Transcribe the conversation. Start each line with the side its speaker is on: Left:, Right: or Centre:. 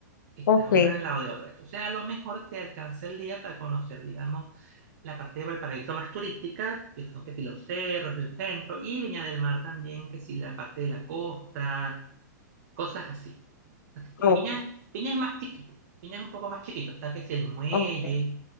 Right: están
Left: ok,
Right: una al lado de otra. Entonces, a lo mejor te alcanza el día para conocer, digamos, la parte de Valparaíso más turística, que son que si los cerros, el centro, y Viña del Mar también, que si la parte de la costa, cosas así.
Left: ok,
Right: Viña, Viña es más chiquito, Viña es un poco más chiquito, está que si el muelle,
Left: ok.